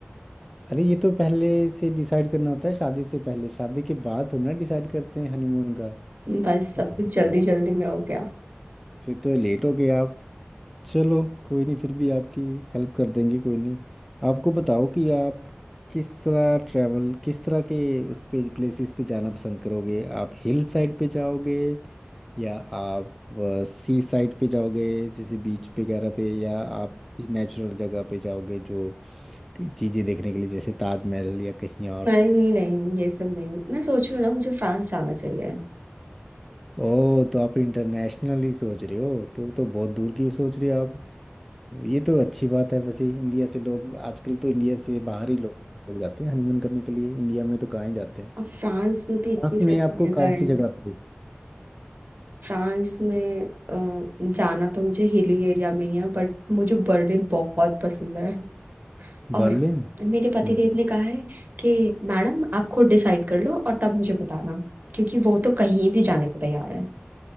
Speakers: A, in the centre; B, on the right.
A: अरे ये तो पहले से डिसाइड करना होता है शादी से पहले शादी के बाद थोड़ी ना डिसाइड करते हैं हनीमून का
B: बस
A: ओहो
B: सब कुछ जल्दी जल्दी में हो गया
A: फिर तो लेट हो गए आप चलो कोई नहीं फिर भी आपकी हेल्प कर देंगे कोई नहीं आपको बताओ कि आप किस तरह ट्रैवल किस तरह के उस पे प्लेसेस पे जाना पसंद करोगे आप हिल साइड पे जाओगे या आप सी साइड पे जाओगे जैसे बीच वगैरह पे या आप नेचुरल जगह पे जाओगे जो चीज़ें देखने के लिए जैसे ताजमहल या कहीं और
B: नहीं नहीं ये सब नहीं मैं सोच रही हूँ ना मुझे फ्रांस जाना चाहिए
A: ओ तो आप इंटरनेशनली सोच रहे हो तो तो बहुत दूर की सोच रहे हो आप ये तो अच्छी बात है वैसे इंडिया से लोग आजकल तो इंडिया से बाहर ही लोग लोग जाते हैं हनीमून करने के लिए इंडिया में तो कहाँ ही जाते हैं
B: अब फ्रांस में भी इतनी
A: फ्रांस
B: सारी
A: में आपको
B: जगह
A: कौन
B: है
A: सी जगह पे
B: फ्रांस में अ, जाना तो मुझे हिली एरिया में ही है बट मुझे बर्लिन बहुत पसंद है और
A: बर्लिन
B: मेरे पतिदेव
A: हम्म।
B: ने कहा है कि मैडम आप खुद डिसाइड कर लो और तब मुझे बताना क्योंकि वो तो कहीं भी जाने को तैयार है